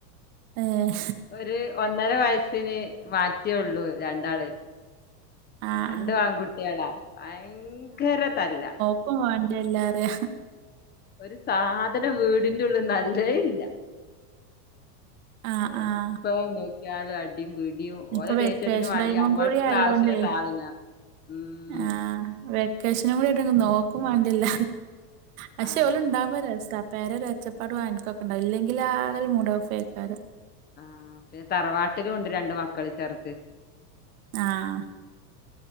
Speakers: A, on the right; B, on the left.
A: ഏഹ്
B: ഒര് ഒന്നര വയസ്സിന് മാറ്റിയള്ളു രണ്ടാള്
A: ആഹ്
B: രണ്ടും ആൺകുട്ടികളാ ഭയങ്കര തല്ല
A: ക്കും വേണ്ടർലറയാ
B: ഒരു സാധനം വീടിന്റെ ഉള്ളിൽ നല്ലയില്ല.
A: ആഹ്
B: എപ്പ
A: ആഹ്
B: നോ നോക്കിയാലും അടിയും പിടിയും
A: ഇപ്പൊ
B: ഓലെ
A: വെക്കേഷൻ
B: ദേഷ്യത്തിന് വേണ്ടി
A: ടൈമും
B: നമ്മൾക്കുള്ള
A: കൂടി ആയോണ്ടേ
B: ആവശ്യല്ല സാധന ഉം
A: ആഹ് വെക്കേഷനും കൂടിയായിട്ടെങ്കും നോക്കും വേണ്ടില്ല. പക്ഷേ
B: ആഹ്
A: ഓല് ഉണ്ടാവുമ്പോ രസാ പെര ഒരു ഒച്ചപ്പാടും അനക്കൊക്കെണ്ടാവും ഇല്ലെങ്കിലാകെരു മൂടോഫേക്കാരം.
B: ആഹ് പിന്നെ തറവാട്ടിലും ഉണ്ട് രണ്ട് മക്കള് ചെർത്.
A: ആഹ്